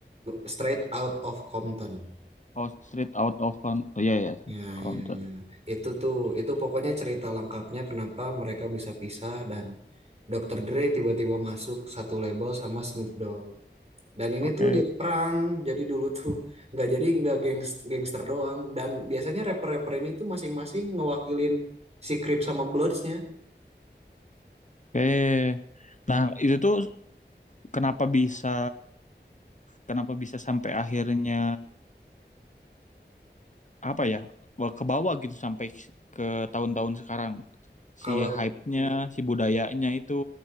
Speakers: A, on the right; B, on the left.
A: Straight Out of Compton.
B: oh street out of con, oh iya ya,
A: Ya,
B: counter.
A: ya, ya. Itu tuh, itu pokoknya cerita lengkapnya kenapa mereka bisa pisah dan Dokter Dre tiba-tiba masuk satu label sama Snoop Dogg. Dan ini
B: Oke,
A: tuh jadi perang. Jadi dulu tuh <laughs> nggak jadi nggak gangs, gangster doang. Dan biasanya rapper-rapper ini tuh masing-masing ngewakilin si Crip sama Bloods-nya.
B: oke. Nah itu tuh kenapa bisa, kenapa bisa sampai akhirnya apa ya, ke bawah gitu sampai ke tahun-tahun sekarang.
A: Kalau
B: Si hype-nya, si budayanya itu.